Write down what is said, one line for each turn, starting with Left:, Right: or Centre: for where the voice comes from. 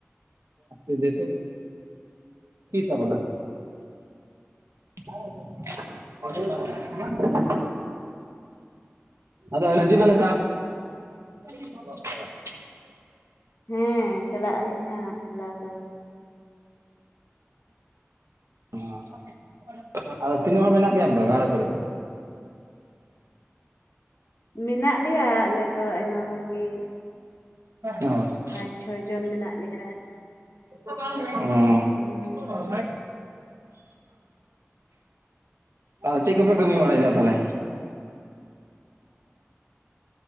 Right: ᱮ ᱫᱮᱠᱳ <unintelligible> ᱠᱟᱹᱭ ᱛᱟᱵᱚᱱᱟ ᱾ <unintelligible> <unintelligible>
Left: ᱦᱮᱸ ᱪᱟᱞᱟᱜ ᱟᱹᱞᱤᱧ ᱦᱟᱸᱜ ᱪᱟᱞᱟᱣ ᱫᱚ
Right: <inaudible> ᱟᱫᱚ ᱛᱤᱱᱟᱹᱜ ᱦᱚᱲ ᱢᱮᱱᱟᱜ ᱯᱮᱭᱟ ᱟᱫᱚ ᱜᱷᱟᱨᱚᱸᱡᱽ ᱨᱮ
Left: ᱢᱮᱱᱟᱜ ᱞᱮᱭᱟ ᱟᱞᱮ ᱫᱚ ᱟᱭᱢᱟ ᱦᱚᱲ ᱜᱮ
Right: ᱚ <unintelligible> ᱾
Left: ᱯᱟᱸᱪ ᱪᱷᱚᱭ ᱡᱚᱱ ᱢᱮᱱᱟᱜ ᱞᱮᱭᱟ
Right: ᱦᱮ <inaudible>
Left: ᱦᱩᱸ,
Right: ᱟᱨ ᱪᱮᱫ ᱠᱚᱯᱮ ᱠᱟᱹᱢᱤ ᱵᱟᱲᱟᱭᱮᱫᱟ ᱛᱟᱞᱦᱮ